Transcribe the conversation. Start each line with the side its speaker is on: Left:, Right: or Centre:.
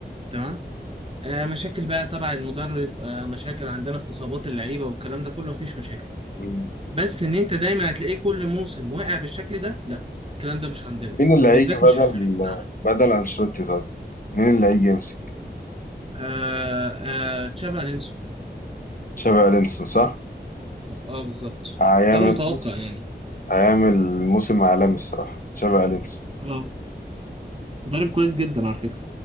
Right: تمام آه مشاكل بقى تبع المدرب آه مشاكل عندنا في اصابات اللعيبه والكلام ده كله ما فيش مشاكل
Left: مين
Right: بس ان انت دايما هتلاقيه كل موسم واقع بالشكل ده لا الكلام ده مش عندنا
Left: مين اللي
Right: بالذات
Left: هيجي بدل
Right: مش في الفريق بتاعنا
Left: بدل انشيلوتي طيب مين اللي هيجي يمسك
Right: آه آه تشافي الونسو
Left: تشابي الونسو صح
Right: اه بالظبط
Left: هيعمل
Right: ده المتوقع
Left: بص
Right: يعني
Left: هيعمل موسم عالمي الصراحه تشابي الونسو
Right: اه مدرب كويس جدا على فكره